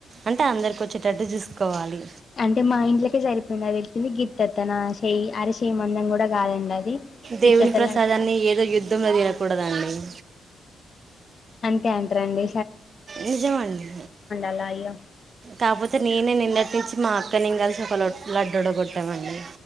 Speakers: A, on the right; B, on the left.
A: అంటే అందరికొచ్చే టట్టు చూసుకోవాలి
B: అంటే మా ఇంట్లకే సరిపోయింది అది పెటైటింది గిట్ట తన శెయ్యొ అరశెయ్ మందం కూడా కాదండి అది
A: దేవుని
B: గిత్తత
A: ప్రసాదాన్ని
B: లడ్డు
A: ఏదో యుద్ధంలో తినకూడదండి
B: అంతే అంటరా అండి
A: నిజమండి
B: అలా ఇగ
A: కాకపోతే నేనే నిన్న తిచ్చి మా అక్క నేను కలిసి ఒక లడ్డూడగొట్టామండి